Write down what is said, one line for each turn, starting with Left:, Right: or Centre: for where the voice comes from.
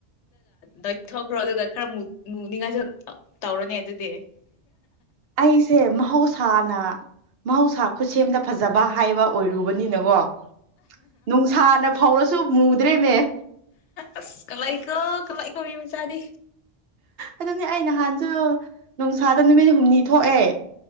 Left: ꯒꯊ ꯈ꯭ꯔ ꯈꯔꯅꯤ ꯉꯥꯏ ꯇꯧꯔꯅꯦ ꯑꯗꯨꯗꯤ
Right: ꯑꯩꯁꯦ ꯃꯍꯧꯁꯥꯅ ꯃꯍꯧꯁꯥ ꯈꯨꯠꯁꯦꯝꯗ ꯐꯖꯕ ꯍꯥꯏꯕ ꯑꯣꯏꯔ ꯔꯨꯕꯅꯤꯅꯀꯣ ꯅꯨꯡꯁꯥꯅ ꯐꯧꯔꯁꯨ ꯃꯨꯗ꯭ꯔꯦꯅꯦ
Left: ꯑꯁ ꯀ ꯂꯏ ꯀ ꯀ ꯂꯏ ꯀ ꯃꯤꯃꯤ ꯆꯥꯔꯤ
Right: ꯑꯗꯨꯅꯦ ꯑꯩ ꯅꯍꯥꯟꯁꯨ ꯅꯨꯡꯁꯥꯗ ꯅꯨꯃꯤꯠ ꯍꯨꯝꯅꯤ ꯊꯣꯛꯑꯦ